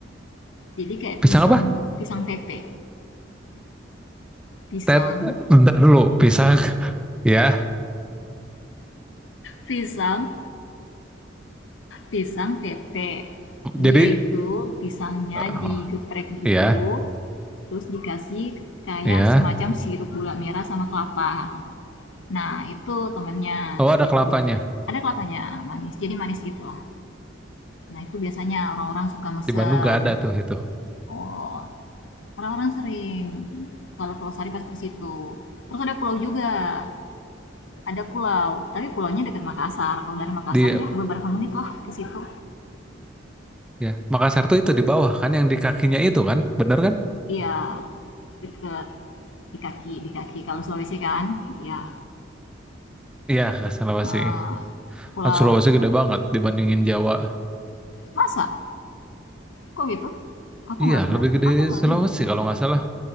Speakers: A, on the left (about 75°); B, in the centre.
A: Jadi kayak
B: Pisang
A: pisang
B: apa?
A: pisang tepe, pisang
B: Tet, bentar dulu. Pisang. <laughs> Ya,
A: pisang pisang tepe.
B: jadi,
A: Dia itu pisangnya
B: oh,
A: digeprek gitu,
B: ya,
A: terus dikasih kayak
B: ya.
A: semacam sirup gula merah sama kelapa. Nah, itu temennya
B: Oh,
A: di
B: ada
A: situ.
B: kelapanya.
A: Ada kelapanya, manis, jadi manis gitulah. Nah, itu biasanya orang-orang suka mesen.
B: Di Bandung nggak ada tuh itu.
A: Oh. Orang-orang sering. Kalau Pulau Sari pasti ke situ. Terus ada pulau juga. Ada pulau, tapi pulaunya dekat Makassar. Kalau dari Makassar
B: Di,
A: ya beberapa menit lah ke situ.
B: ya, Makassar tuh itu di bawah kan, yang di kakinya itu kan, bener kan?
A: Iya, deket di kaki, di kaki. Kalau Sulawesi kan, ya
B: Iya, Sulawesi.
A: eh, pulau
B: Kan Sulawesi gede banget dibandingin Jawa.
A: masa kok gitu? Aku
B: Iya,
A: nggak pernah,
B: lebih gede
A: aku nggak
B: Sulawesi
A: ini.
B: kalau nggak salah.